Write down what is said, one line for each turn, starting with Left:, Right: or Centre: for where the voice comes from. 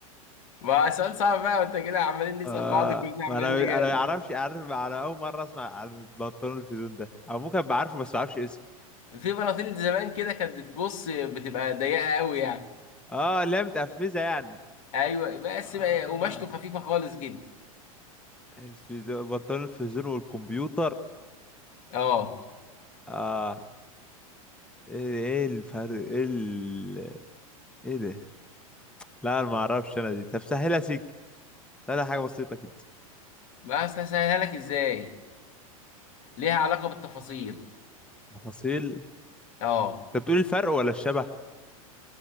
Left: ما سؤال صعب بقى وانت كده عمالين نسأل
Centre: آه
Left: بعض كلنا عمالين
Centre: ما انا
Left: نجاوب
Centre: انا ما يعرفش عارف انا اول مره اسمع عن البنطلون الفيزون ده او ممكن ابقى عارفه بس ما اعرفش اسمه
Left: في بناطيل زمان كده كانت بتبص بتبقى ضيقة قوي يعني
Centre: اه اللي هي متقفزه يعني
Left: ايوه بس
Centre: اه
Left: بقى قماشته خفيفة خالص كده
Centre: الفيزون بنطلون الفيزون والكمبيوتر
Left: اه
Centre: اه ايه ايه الفرق ايه ال... ايه ده لا انا ما اعرفش انا دي طب سهلها سيك سهلها حاجه بسيطه كده
Left: بس هسهلها لك ازاي ليها علاقة بالتفاصيل
Centre: تفاصيل
Left: اه
Centre: انت بتقول الفرق ولا الشبه